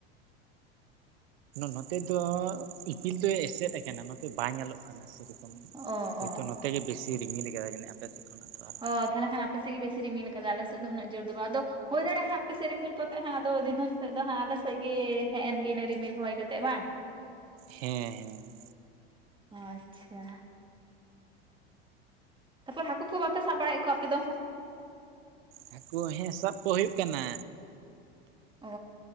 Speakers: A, on the right; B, on the right.
A: ᱱᱚᱛᱮ ᱫᱚ ᱤᱯᱤᱞ ᱫᱚ ᱮᱥᱮᱫ ᱟᱠᱟᱱᱟ ᱱᱚᱛᱮ ᱵᱟᱭ ᱧᱮᱞᱚᱜ ᱠᱟᱱᱟ᱾ ᱥᱮ ᱨᱚᱠᱚᱢ <unintelligible>
B: ᱚ
A: ᱦᱚᱭ
B: ᱚ
A: ᱛᱚ ᱱᱚᱛᱮ ᱜᱮ ᱵᱮᱥᱤ ᱨᱤᱢᱤᱞ ᱟᱠᱟᱫᱟ ᱡᱟᱱᱤᱡ ᱟᱯᱮ ᱥᱮᱫ ᱠᱷᱚᱱᱟᱜ ᱫᱚ᱾ ᱟᱨᱦᱚᱸ
B: ᱚ ᱛᱟᱞᱮ ᱠᱷᱟᱱ ᱟᱯᱮ ᱥᱮᱫ ᱜᱮ ᱵᱮᱥᱤ ᱨᱤᱢᱤᱞ ᱠᱟᱫᱟ, ᱟᱞᱮ ᱥᱮᱫ ᱫᱚ ᱩᱱᱟᱹᱜ ᱡᱳᱨ ᱫᱚ ᱵᱟᱝ ᱟᱫᱚᱼᱼ ᱦᱩᱭ ᱫᱟᱲᱮᱜ ᱦᱟᱸᱜ ᱟᱯᱮ ᱥᱮᱫ ᱨᱤᱢᱤᱞ ᱠᱟᱛᱮᱜ ᱦᱟᱸᱜ, ᱟᱫᱚ ᱫᱷᱤᱱᱟᱹ ᱥᱮᱫ ᱫᱚ ᱦᱟᱸᱜ ᱟᱞᱮ ᱥᱮᱫ ᱜᱮ ᱦᱮᱡ ᱮᱱ ᱜᱮ ᱤᱱᱟᱹ ᱨᱤᱢᱤᱞ ᱦᱚᱭ ᱠᱟᱛᱮᱜ ᱵᱟᱝ?
A: ᱦᱮᱸ ᱦᱮᱸ
B: ᱟᱪᱪᱷᱟ ᱛᱟᱨᱯᱚᱨ ᱦᱟᱹᱠᱩ ᱠᱚ ᱵᱟᱝ ᱯᱮ ᱥᱟᱵ ᱵᱟᱲᱟ ᱭᱮᱫ ᱠᱚᱣᱟ ᱟᱯᱮ ᱫᱚ?
A: ᱦᱟᱹᱠᱩ ᱦᱮᱸ ᱥᱟᱵ ᱠᱚ ᱦᱩᱭᱩᱜ ᱠᱟᱱᱟ᱾
B: ᱚ